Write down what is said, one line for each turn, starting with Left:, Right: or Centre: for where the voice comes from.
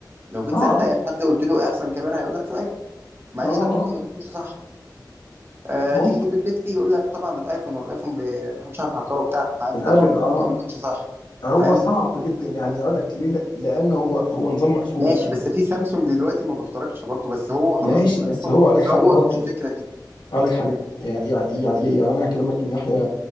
Right: لو جيت
Left: اه
Right: سألت
Left: اه
Right: أي حد قلت له إيه أحسن كاميرا هيقولك في الآيفون مع
Left: اه
Right: إن ده ممكن
Left: اه
Right: ما يكونش صح أه
Left: ممكن
Right: تيجي تقول لي السيفتي يقول لك طبعا الآيفون والآيفون ب- محدش عارف يهكره وبتاع مع إن
Left: الابل
Right: ده برضه
Left: اه
Right: ممكن ما يكونش صح
Left: هو
Right: فاهم
Left: صعب جدا يعني اقول لك ليه لأ- لان هو هو نظام مقفول
Right: ماشي
Left: يعني
Right: بس في سامسونج دلوقتي ما بيخترقش برضه بس هو خلاص
Left: ماشي
Right: الايفون
Left: بس هو اقول لك حاجه
Right: روج
Left: برضو
Right: للفكره دي
Left: اقول لك حاجه يعني يعني يعني انا هكلمك من ناحيه